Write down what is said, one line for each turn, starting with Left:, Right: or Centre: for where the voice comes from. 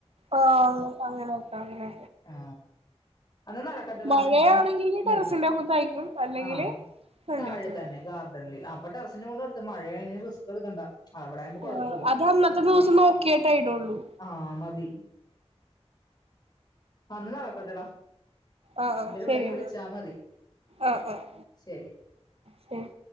Right: ആ അങ്ങനെക്കെ അങ്ങനെ
Left: ആ എന്നാ നടക്കട്ടെടാ
Right: മഴയാണെങ്കില്
Left: ഞാൻ വിളിക്കണം
Right: ടെറസിന്റെ പുറത്താരിക്കും അല്ലെങ്കില്
Left: ആ
Right: ഫ്രണ്ടിലിരിക്കുന്നെ
Left: താഴെ തന്നെ ഗാർഡൻ അപ്പം ടെറസ്ന്റെ മോളിൽ ടത്ത് മഴയാണെ റിസ്ക് എടുക്കണ്ട അവിടെ ആകുമ്പോ കുഴപ്പമില്ലല്ലോ
Right: ആഹ് അത് അന്നത്തെ ദിസം നോക്കിയട്ടെടുള്ളു
Left: ആ മതി അന്നേനടക്കട്ടെടാ
Right: ആഹ്
Left: എന്തേലും
Right: ആഹ് ശരിയെന്നാ
Left: ഉണ്ടെങ്കി വിളിച്ചാമതി
Right: ആഹ് ആഹ്
Left: ശരി
Right: ശരി